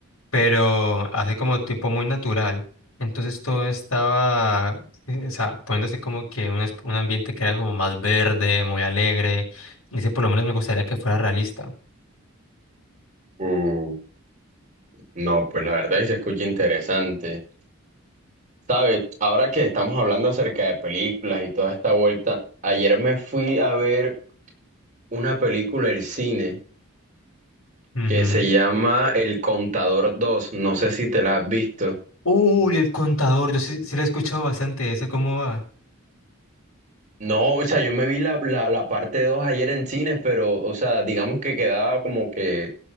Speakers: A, on the left; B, on the right.
A: pero así como tipo muy natural. Entonces todo estaba, eh, o sea, poniéndose como que un, es- un ambiente que era como más verde, muy alegre. Y ese por lo menos me gustaría que fuera realista.
B: Mm, no, pues la verdad sí se escucha interesante. Sabes, ahora que estamos hablando acerca de películas y toda esta vuelta, ayer me fui a ver una película del cine
A: Ujú.
B: que se llama El Contador dos no sé si te la has visto.
A: Uy, el contador, yo sí, sí la he escuchado bastante, ¿esa cómo va?
B: No, o sea, yo me vi la, la, la parte 2 ayer en cines, pero, o sea, digamos que quedaba como que